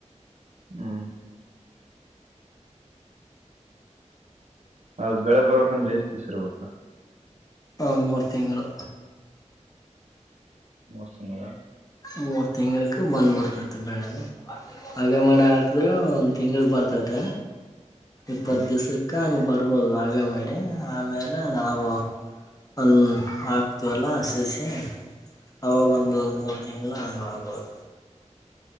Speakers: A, on the right; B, on the left.
A: ಹ್ಮ್ ಅದು ಬೆಳೆ ಬರ್ಬೇಕಂದ್ರೆ ಎಷ್ಟ ಬೀಸಿರ್ಬೇಕು
B: ಆ ಮೂರ್ ತಿಂಗಳು
A: ಮೂರ್ಸಂಗ
B: ಮೂರು ತಿಂಗಳ ಕ ಬಂದ್ ಬರ್ತದೆ ಬೆಳೆ ಹಾಗೆ ಮಾಡ ಹಾಕದ್ರರು ಒಂದ್ ತಿಂಗಳ ಬರ್ತತೆ ಇಪ್ಪತ್ತು
A: ಹ್ಮ್
B: ದಿವ್ಸಕ್ಕೆ ಹಂಗೆ ಬರ್ಬೋದು ಆಗ ಮಾಡಡಿ ಆಮೇಲೆ ನಾವು ಒನ್ ಹಾಕ್ತವಲ್ಲ ಸೇರಿಸೆ ಅವಾಗ ಒಂದು ಮೂರು ತಿಂ ಅಂಗಾಗಬೋದು